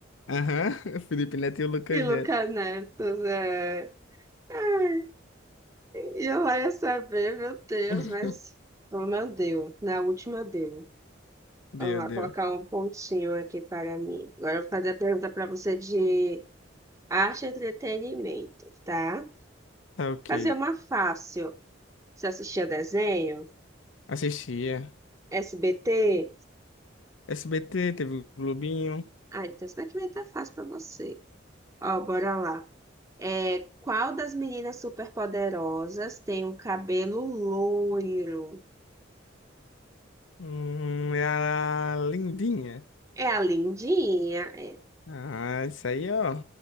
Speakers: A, on the left; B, on the right.
A: Aham, <laughs> Felipe Neto e o Lucas
B: e Lucas
A: Neto.
B: Neto, né? Ai, e eu lá ia saber, meu Deus,
A: <laughs>
B: mas oh, meu Deus, na última deu.
A: Deu,
B: Vamos lá,
A: deu.
B: colocar um pontinho aqui para mim. Agora eu vou fazer a pergunta para você de arte e entretenimento, tá?
A: Tá ok.
B: Fazer uma fácil. Você assistia desenho?
A: Assistia.
B: SBT?
A: SBT, teve o Globinho.
B: Ah, então isso daqui vai estar fácil para você. Ó, bora lá. É, qual das meninas superpoderosas tem um cabelo loiro?
A: Hum, era lindinha.
B: É a Lindinha. É,
A: Ah, isso aí, ó.